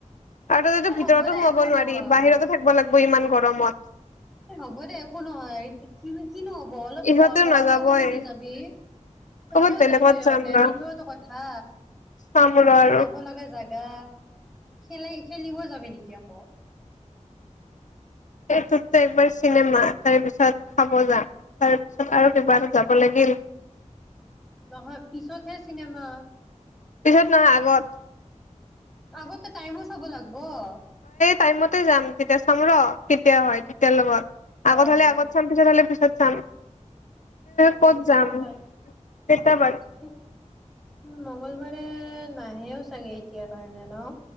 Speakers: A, on the left (about 75°); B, in the centre.
A: আৰু তাতে
B: এ
A: ভিতৰতো
B: হ'ব দে
A: সোমাব
B: একো
A: নোৱাৰি
B: নহয়
A: বাহিৰতো থাকিব লাগিব ইমান গৰমত।
B: এই হ'ব দে একো নহয় কি কিনোহ'ব অলপ
A: ইহঁতেও
B: গৰম
A: নাযাবই
B: কাপোৰ পিন্ধি যাবি, তই
A: ক'বাত
B: কত
A: বেলেগত
B: যাব ইহঁতে,
A: যাম ৰ
B: সেইটোতো কথা
A: চাম ৰ আৰু
B: যাব লগা জাগা খিলী খেলিব যাব নেকি আকৌ।
A: সেইটোতো একবাৰ চিনেমা তাৰপিছত খাব যাম তাৰপিছত আৰু কিবা এটাত যাব লাগিল।
B: নহয় পিছতহে চিনেমা।
A: পিছত নহয় আগত।
B: আগতে টাইমো চাব লাগবো। ব।
A: টাইম মতে যাম তেতিয়া চাম ৰ কেতিয়া হয় তেতিয়াৰ লগত।
B: অ',
A: আগত হ'লে আগত চাম, পিছত হলে পিছত চাম।
B: অ'
A: ক'ত
B: সেইটোও
A: যাম
B: হয়
A: কেইটা বাজি
B: উ মংগলবাৰে নাহেও চাগে এতিয়া কাৰণে নহ।